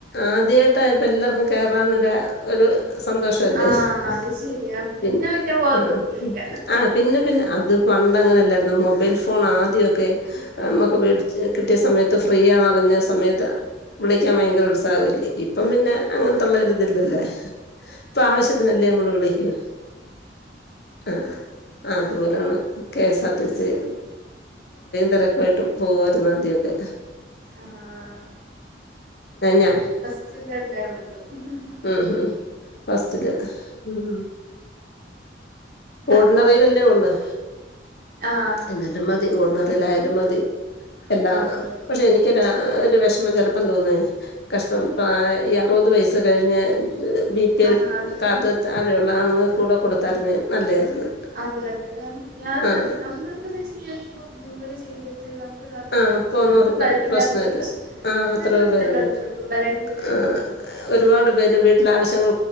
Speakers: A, on the left (about 60°); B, on the right (about 50°).
A: ആദ്യമായിട്ട് ഇപ്പോ എല്ലാവർക്കും കേയറന്നൊരു ഒരു സന്തോഷല്ലേ
B: ആഹ് അത് ശരിയാ പിന്നെ
A: പി
B: വല്യ ബോധൊന്നുല്ല
A: ആ ആ പിന്നെ പിന്നെ അത് പണ്ട അങ്ങനെല്ലായിരുന്നു മൊബൈൽ ഫോൺ ആദ്യമൊക്കെ നമ്മുക്ക്ടി കിട്ടിയ സമയത്ത് ഫ്രീ ആന്ന്റിഞ്ഞ സമയത്ത് വിള ിക്കാൻ ഭയങ്കര ഉത്സാഹല്ലേ ഇപ്പം പിന്നെ അങ്ങനത്തുള്ളരി ഇതില്ലല്ലേ ഇപ്പൊ ആവശ്യത്തിനല്ലേ നമ്മള് വിളിക്ക ആഹ് അതുപോലാണ് K S R T
B: ഉം
A: C തിരക്കയിട്ട് പോവരുന്നു ആദ്യൊക്കെ
B: ആഹ്
A: ഞാ
B: <unintelligible> ഉ ഉ
A: ഉം ഹം ഫസ്റ്റ്ത് ഉം ഓർഡിനറിൽല്ലേ
B: അങ്ങനെ
A: ഉള്ള
B: ആഹ്
A: എന്നാലും മതി ഓർണറിൽായാലും മതി എല്ലാ
B: ആഹ് അതെ അതെ
A: പക്ഷെ എനക്ക്രു
B: ഉം
A: ഒരു വിഷമം ചെിലപ്പം തോന്നേ കഷ്ടം
B: ഉം
A: ഈ അറുപത് വയസ്സ് കഴിഞ്ഞ് ബി പി എൽ
B: ആഹ് അതെ
A: കാർഡ് താഴെയുള്ള ആണുങ്ങൾ കൂടെ കൊടുത്തായിരരുന്നു നല്ലതായിരുന്നു
B: അതെ അതെ അതെ ഞാനും
A: ആഹ്
B: അ നമ്മൾക്കന്ന് വെച്ച കഴിഞ്ഞാാന ഇപ്പ ജോലി ചെയ്തിട്ട് നമുക്ക് ഇതക്കാൻ
A: ആഹ്
B: പറ്റൂ
A: പോന്നവർക്ക്
B: നമുക്ക് കഴിവില്ലാത്ത
A: പ്രശ്നമില്ല ആഹ്
B: അങ്ങനെ
A: എത്രയോ
B: ഉണ്ടല്ലോ
A: പേരുണ്ട്
B: നമ്മുക്ക് ബലഹീനത
A: ആഹ്
B: ഉണ്ടല്ലോ
A: ഒരുപാട് പേര് വീട്ടില ആവശ്യങ്ങൾ